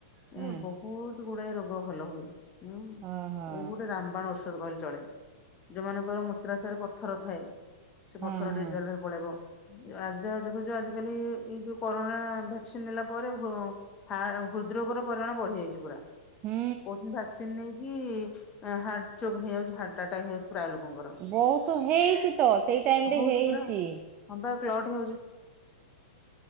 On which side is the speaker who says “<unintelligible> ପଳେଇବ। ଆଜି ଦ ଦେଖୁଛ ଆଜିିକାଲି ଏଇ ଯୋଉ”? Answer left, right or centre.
Left